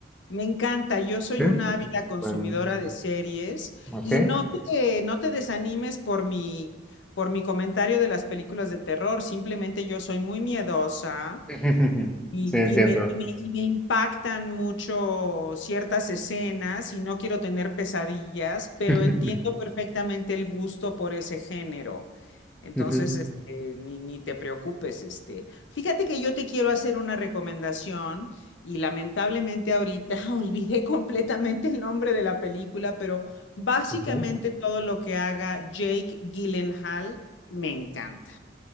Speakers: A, on the left; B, in the centre.
A: Me encanta, yo soy
B: ¿Sí?
A: una ávida consumidora
B: Bueno,
A: de series
B: ok.
A: y no te, no te desanimes por mi, por mi comentario de las películas de terror, simplemente yo soy muy miedosa
B: <laughs>
A: y,
B: Sí, entiendo.
A: y me, y me- y me impactan mucho ciertas escenas y no quiero tener pesadillas, pero
B: <laughs>
A: entiendo perfectamente el gusto por ese género. Entonces,
B: Ujú,
A: este, ni, ni te preocupes, este. Fíjate que yo te quiero hacer una recomendación y lamentablemente ahorita <laughs> olvidé completamente el nombre de la película, pero básicamente
B: ujú.
A: todo lo que haga Jake Gyllenhaal me encanta.